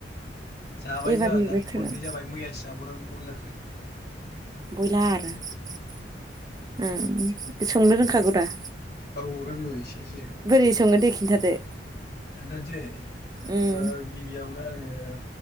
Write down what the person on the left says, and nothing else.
जाबाय
जोंहा दा
खननै जाबाय मैयासो जाबावदों ब्रयलारजों
औ रोङो एसे एसे
खोन्थानोसै
ओ गिबियावनो आङो ओ